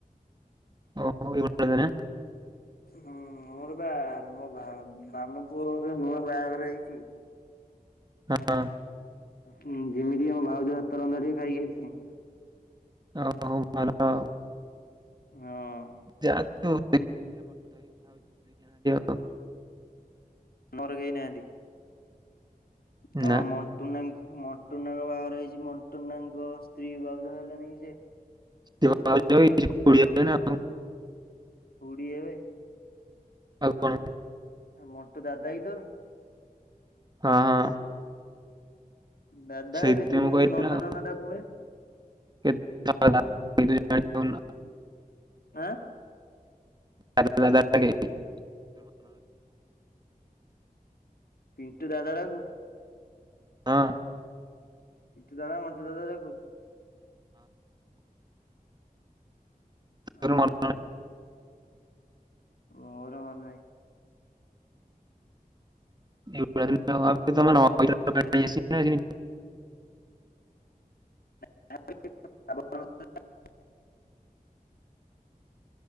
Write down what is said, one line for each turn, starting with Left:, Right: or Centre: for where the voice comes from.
Right: <unintelligible>
Left: ହୁଁ ମୋର ବା ମୋ ବା ମାମୁଁ ପୁଅ ନୂଆ ବାହାଘର ହେଇଚି।
Right: ହଁ।
Left: ହୁଁ ଯିମି ଟିକେ ମୋ ଭାଉଜ ହାତ ରନ୍ଧାର ଟିକେ ଖାଇକି ଆସିବି।
Right: <unintelligible>
Left: ହଁ।
Right: ଯା ତୁ <unintelligible>
Left: <unintelligible> କେହି ନାହାନ୍ତି। <unintelligible>
Right: ନା
Left: ମଣ୍ଟୁନା ମଣ୍ଟୁନାଙ୍କ ବାହାଘର ହେଇଚି, ମଣ୍ଟୁନାଙ୍କ ସ୍ତ୍ରୀ ଭାଉଜ ହେଲାନି କି ସିଏ।
Right: <unintelligible>
Left: ଖୁଡୀ ହେବେ।
Right: ଆଉ କଣ?
Left: ଆଉ ମଣ୍ଟୁ ଦାଦା କି ତୋର?
Right: ହଁ ହଁ।
Left: ଦାଦା
Right: ସେଇଥିପାଇଁ
Left: ହେବେ ତୁ
Right: ମୁଁ
Left: କେମତି
Right: କହିଲି
Left: ନନା
Right: ନା ଆଉ।
Left: ନନା ଡାକୁବେ?
Right: <unintelligible>
Left: ଆଁ?
Right: <unintelligible>
Left: ପିଣ୍ଟୁ ଦାଦା ଡ଼ାକୁ।
Right: ହଁ।
Left: ପିଣ୍ଟୁ ଦାଦା, ମଣ୍ଟୁ ଦାଦା ଯାକୁ।
Right: ତୋର
Left: ଅ
Right: ମ
Left: ମୋର ମନେ ନାଇଁ।
Right: ଏଗୁଡା <unintelligible>
Left: <inaudible>